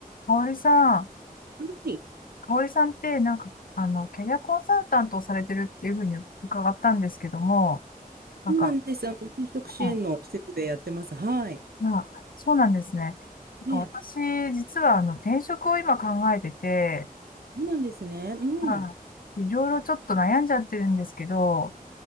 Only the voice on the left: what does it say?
かおりさん、
かおりさんってなんか、あの、キャリアコンサルタントをされてるっていうふうに伺ったんですけども、なんか、
うん、
まあ、そうなんですね。なんか私、
実はあの、転職を今考えてて、
まあ、いろいろちょっと悩んじゃってるんですけど、